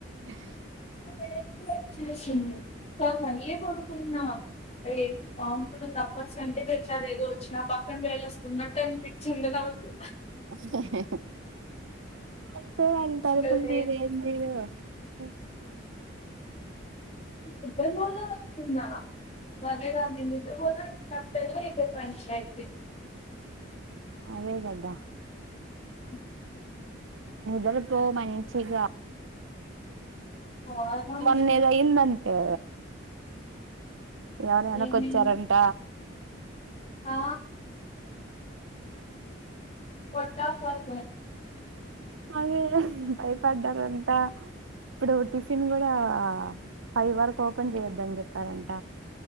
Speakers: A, on the right; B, on the left.
A: హా
B: ఎ వచ్చేసింది కా మళ్ళీ కొడుకున్నా ఎకు బాగుంటంది తప్పస్ అంటే పెచ్చారు ఏదో వచ్చినా పక్కన వేళొస్తున్నట్టు అని పిచ్చింది నాకు
A: అహా హా హా అంతే అంతవుతుంది
B: ఇక లేచి
A: ఇద ఎందివో స
B: ఇ బ తన్నా అదే రా దినేత్తుకపోతే ఇతే పంచాయత
A: అదే గదా
B: అ
A: నిదరపో మంచిగా
B: ఫార్మల్
A: మొన్నేదో అయిందం అ ఎవరు వెనకొచ్చారంట
B: ఏమైంది? ఆ పటాఫాల్
A: అదేదో అయి పడ్డారంతా ఇప్పుడు టిఫిన్ కూడా ఫైవ్ వరకు ఓపెన్ చేయొద్దని చెప్పారంట